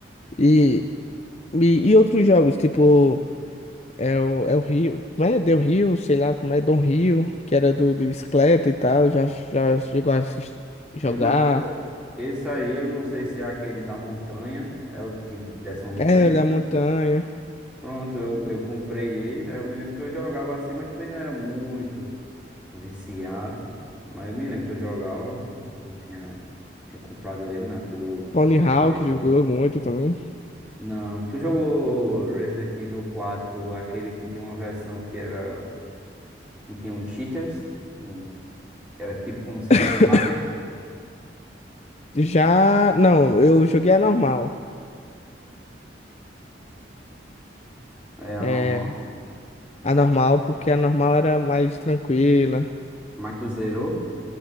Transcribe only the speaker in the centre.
Eu
não. Esse aí eu não sei se é aquele da montanha, é o que desce uma montanha.
Pronto, eu, eu comprei ele, aí eu me lembro que eu jogava assim, mas também não era muito viciado. Mas eu me lembro que eu jogava, eu tinha, tinha comprado ele na época do,
do
Play dois
Não, tu jogou Resident Evil quatro aquele que tinha uma versão que era, que tinha uns cheaters, um- que era tipo como se fosse
um hacker?
É anormal,
né?
Mas tu zerou?